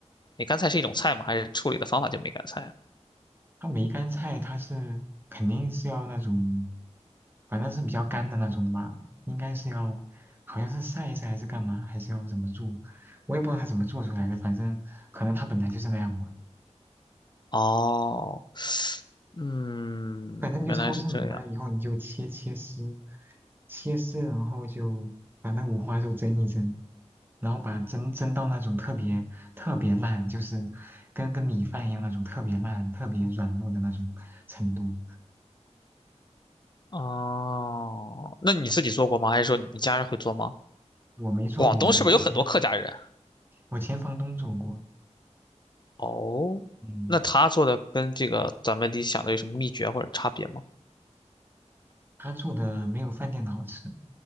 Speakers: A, on the left; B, on the right.
A: 梅干菜是一种菜吗？还是处理的方法叫梅干菜啊
B: 它梅干菜它是肯定是要那种，反正是比较干的那种的吧，应该是要，好像是晒一晒还是干嘛，还是要怎么做，我也不知道它怎么做出来的，反正可能它本来就是那样吧。
A: 哦，嗯，
B: 反正你就超市买回来以后，
A: 原来是这样。
B: 你就切切丝，切丝，然后就把那五花肉蒸一蒸，然后把蒸蒸到那种特别特别烂，就是跟跟米饭一样那种特别烂、特别软糯的那种程度。
A: 哦，那你自己做过吗？还是说你家人会做吗？
B: 我没做过，
A: 广东是不是有很多客家人？
B: 我之前。我前房东做过，
A: 哦，
B: 嗯，
A: 那他做的跟这个咱们理想的有什么秘诀或者差别吗？
B: 他做的没有饭店的好吃。